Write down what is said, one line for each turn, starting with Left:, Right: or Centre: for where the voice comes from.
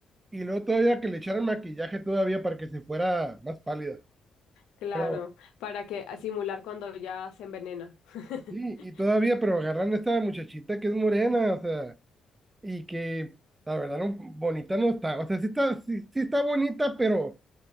Right: y luego todavía que le echaran maquillaje todavía para que se fuera más pálida.
Left: claro,
Right: Pero
Left: para que a simular cuando ya se envenena. <laughs>
Right: Sí, y todavía, pero agarran a esta muchachita que es morena, o sea, y que la verdad no, bonita no está. O sea, sí está, sí, sí está bonita, pero